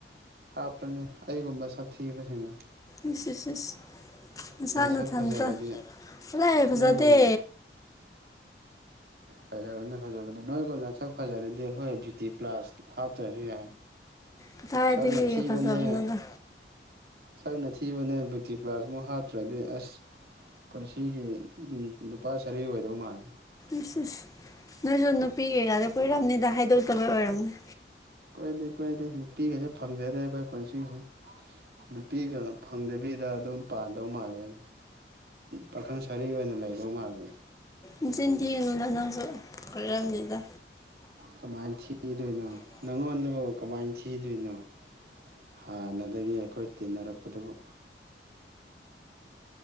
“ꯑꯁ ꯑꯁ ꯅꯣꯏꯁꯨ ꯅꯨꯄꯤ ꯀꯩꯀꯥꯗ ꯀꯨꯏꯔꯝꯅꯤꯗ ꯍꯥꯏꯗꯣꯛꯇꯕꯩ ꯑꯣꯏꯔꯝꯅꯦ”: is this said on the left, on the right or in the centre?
Left